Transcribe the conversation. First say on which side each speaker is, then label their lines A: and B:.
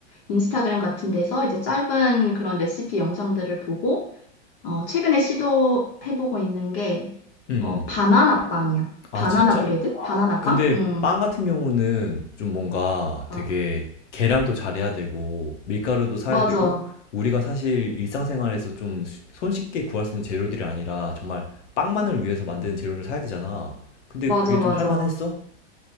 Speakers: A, on the left (about 50°); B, on the left (about 80°).
A: 인스타그램 같은 데서 이제 짧은 그런 레시피 영상들을 보고, 어, 최근에 시도해보고 있는 게,
B: 응. 음.
A: 어, 바나나 빵이야.
B: 아,
A: 바나나
B: 진짜?
A: 브레드? 바나나
B: 근데
A: 빵? 응.
B: 빵 같은 경우는 좀 뭔가
A: 아,
B: 되게 계량도 잘해야 되고, 밀가루도 사야
A: 맞아.
B: 되고, 우리가 사실 일상생활에서 좀 수- 손쉽게 구할 수 있는 재료들이 아니라 정말 빵만을 위해서 만드는 재료를 사야 되잖아. 근데
A: 맞아,
B: 그게
A: 맞아.
B: 좀 할만했어?